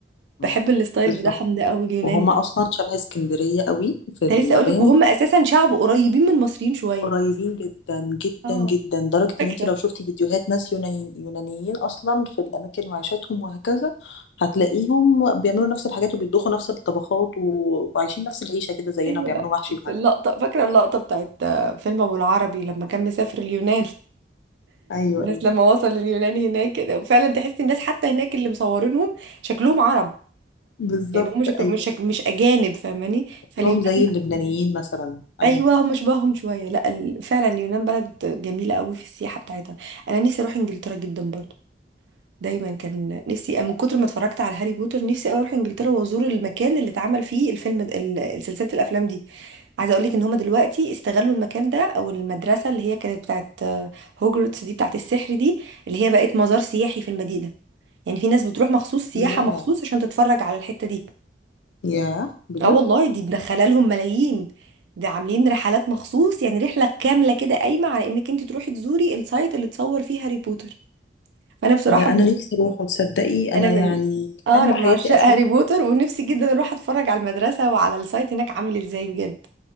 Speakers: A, on the left; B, on the right.
A: مم.
B: بحب الستايل
A: بالظبط
B: بتاعهم ده أوي اليونان
A: وهم
B: ده
A: اصلا شبه اسكندريه قوي في المباني
B: كنت لسه أقولك وهم أساسا شعب قريبين من المصريين شوية
A: قريبين جدا جدا
B: اه
A: جدا لدرجه
B: فاكرة
A: ان انت لو شفتي فيديوهات ناس يونانيين يونانيين اصلا في الاماكن وعيشاتهم وهكذا هتلاقيهم بيعملوا نفس الحاجات وبيطبخوا نفس الطبخات و- وعايشين نفس العيشه كده زينا
B: أيوة
A: بيعملوا محشي وحاجات
B: في اللقطة فاكرة اللقطة بتاعت آه، فيلم أبو العربي لما كان مسافر اليونان
A: ايوه
B: الناس
A: ايوه
B: لما وصل اليوناني هناك كده وفعلا تحس الناس حتى هناك اللي مصورينهم شكلهم عرب
A: بالظبط
B: يعني هم شكلهم
A: ايوه
B: مش شك... مش اجانب فاهماني
A: اكلهم
B: فاليونان
A: زي
B: لا
A: اللبنانيين مثلا ايوه
B: ايوه هم شبههم شويه لا ال... فعلا اليونان بلد جميله قوي في السياحه بتاعتها انا نفسي اروح انجلترا جدا برضو دايما كان نفسي من كتر ما اتفرجت على هاري بوتر نفسي أوي اروح انجلترا وازور المكان اللي اتعمل فيه الفيلم د- ال- سلسله الافلام دي عايزه اقول لك ان هم دلوقتي استغلوا المكان ده او المدرسه اللي هي كانت بتاعت هوجرتس دي بتاعت السحر دي اللي هي بقت مزار سياحي في المدينه يعني في ناس بتروح مخصوص سياحة
A: ياه
B: مخصوص عشان تتفرج على الحتة دي
A: ياه بجد
B: اه والله دي مدخله لهم ملايين ده عاملين رحلات مخصوص يعني رحلة كاملة كده قايمة على انك انت تروحي تزوري السايت اللي اتصور فيه هاري بوتر فانا بصراحة
A: ده انا
B: من
A: نفسي اروح وتصدقي انا
B: انا
A: يعني
B: من اه
A: حلم
B: انا من
A: حياتي
B: عشاق
A: اشوفه
B: هاري بوتر ونفسي جدا اروح اتفرج على المدرسة وعلى السايت هناك عامل ازاي بجد